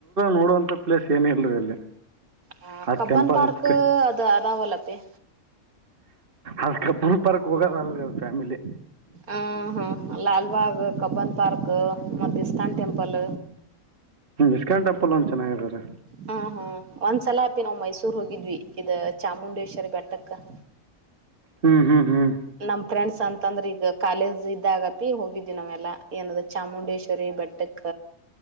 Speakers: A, on the right (about 40°); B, on the right (about 75°).
A: ನೋಡಂತ ಪ್ಲೇಸ್ ಏನ್ ಇಲ್ರರಿ ಅಲ್ಲಿ
B: ಹ
A: ಆ
B: ಕಬ್ಬನ್
A: ಟೆಂಪಲ್
B: ಪಾರ್ಕ್
A: ಇಸ್ಕ
B: ಅದ ಅದಾವಲ್ಲತ್ತ
A: ಅಲ್ಕುಲ್ ಪರ್ಕ್ ಹೋಗದ ಅಲ್ ಫ್ಯಾಮಿಲಿ
B: ಆ ಹಾ ಲಾಲ್ಬಾಗ್ ಕಬ್ಬನ್ ಪಾರ್ಕ್ ಮ ಇಸ್ಕಾನ್ ಟೆಂಪಲ್
A: ಇಸ್ಕಾನ್ ಟೆಂಪಲ್ ಒಂದು ಚೆನ್ನಾಗಿದ ರೀ
B: ಹಾ ಹ್ಮ ಒಂದ್ಸಲ ಅಪಿ ನಾವ್ ಮೈಸೂರ್ ಹೋಗಿದ್ವಿ ಇದ ಚಾಮುಂಡೇಶ್ವರಿ ಬೆಟ್ಟಕ್ಕ ಊಅ <inaudible>
A: ಹ್ಮ್ ಹ್ಮ್ ಹ್ಮ್
B: ನಮ್ ಫ್ರೆಂಡ್ಸ್ ಅಂತಂದ್ರೆ ಈಗ ಕಾಲೇಜ್ ಇದಾಗತಿ ಹೋಗಿದ್ವಿ ನಾವೆಲ್ಲಾ ಏನಾದ ಚಾಮುಂಡೇಶ್ವರಿ ಬಟ್ಟಕ